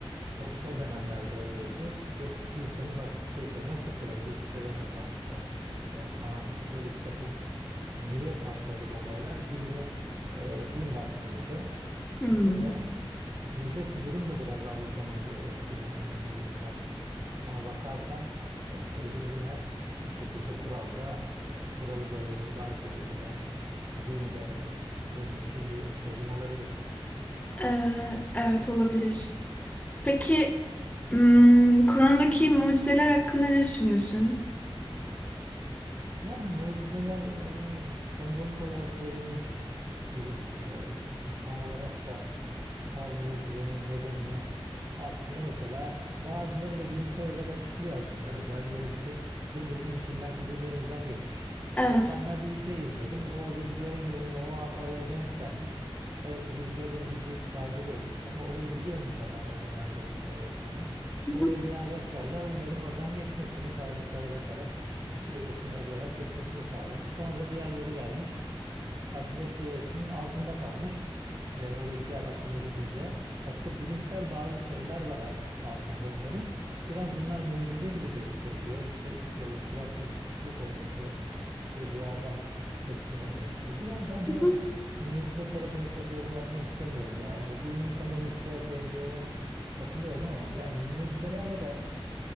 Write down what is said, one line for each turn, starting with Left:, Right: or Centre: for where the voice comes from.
Right: o, o dönemlerde öyleydi? Yok kilisenin baskısıydı. Nasıl kırıldı İşte Rönesans'ta e, falan böyle bir takım Niye patladı bu olaylar? Bilimi e, din baskıladı. Şimdi
Left: Hmm.
Right: de bizdeki durum da biraz Avrupa'nın bu eski dönemlerine gibi kaymış. Ama bakarsan e, çözüm yine bir şekilde kuralda, e, kuralı böyle kibarca uygulayan din de e, bunun için bir çözüm olabilir.
Left: Ee, evet olabilir. Peki hmm, Kur'an'daki mucizeler hakkında ne düşünüyorsun?
Right: Yani mucizeler e, bana sembolik olarak verilmiş gibi düşünüyorum. Yani tam olarak da her mucizenin nedenini aslında mesela bazıları da bilimsel olarak açıklıyor aslında. Mesela diyelim ki denizin içinden Kızıldeniz'den geçmiş.
Left: Evet.
Right: Geçenlerde bir şey izledim. O rüzgarın yönünü o an oraya denk gelmiş. Evet rüzgarın gücü faydalı olmuş ama orayı biliyormuş adam o dönemde o rüzgar olduğunu.
Left: Hı
Right: Orayı
Left: hı.
Right: bilen rehberler onların oradan geçmesini kayalıklara basarak su seviyesinin azalarak geçmesini sağlamış. Sonra diğerleri gelmiş. Aslında o seviyesinin altında kalmış. E, o rüzgar akımı gidince. Aslında bilimsel bazı şeyler var alt, altında onların. Biraz bunlar mucize gibi gösteriliyor. İşte böyle kuraklık, kıtlık olması, işte rüyadan esinlenmesi gibi. Yani ben
Left: Hı
Right: biraz
Left: hı.
Right: mucize tarafına çok yorum yapmak istemiyorum. Yani hani dinin temel ihtiyaç olduğunu katılıyorum ama yani mucizelerle de